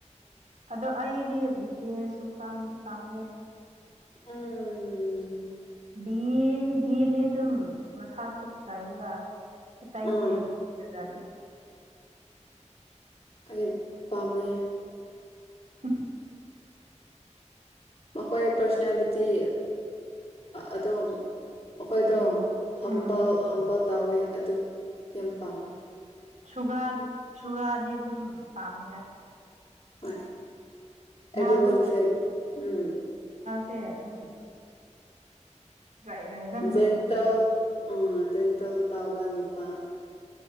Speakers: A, on the right; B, on the left.
A: ꯑꯗꯣ ꯑꯩꯗꯤ ꯇꯦꯔꯁꯨ ꯄꯥꯝꯗꯦ
B: ꯑꯥ ꯎꯝ
A: ꯕꯤ ꯕꯤꯗꯤ ꯑꯗꯨꯝ ꯃꯁꯇꯣ ꯐꯖꯑꯌꯦꯕ ꯍ ꯇꯥꯏꯗꯤ
B: ꯑꯥ
A: ꯑꯩꯖ ꯐ
B: ꯑꯔꯦ ꯄꯥꯝꯃꯦ
A: <inaudible>
B: ꯃꯈꯣꯏ ꯄꯥꯔꯁꯅꯦꯂꯤꯇꯤ ꯑꯗꯨꯣꯝ ꯃꯈꯣꯏꯗꯣ
A: ꯎꯝ
B: ꯍꯝꯕ
A: ꯎꯝ
B: ꯍꯝꯕ ꯇꯥꯎꯋꯦ ꯑꯗꯣ ꯌꯥꯝ ꯄꯥꯝꯃꯦ
A: ꯁꯨꯒꯥ ꯁꯨꯒꯥꯗꯤ ꯑꯗꯨꯝ ꯄꯥꯝꯃꯤꯗ
B: ꯍꯣꯏ ꯑꯦꯚ꯭ꯔꯤ
A: ꯃꯥꯗꯣ
B: ꯋꯥꯟ ꯁꯦꯠ ꯎꯝ
A: ꯁꯦ ꯑꯗꯨꯝ ꯔꯥꯏ ꯔꯥꯏꯕꯝ ꯆꯧꯗꯔꯤꯁꯦ
B: ꯖꯦꯟꯇꯜ ꯑ ꯖꯦꯟꯇꯜ ꯇꯥꯎꯕ ꯅꯨꯄꯥ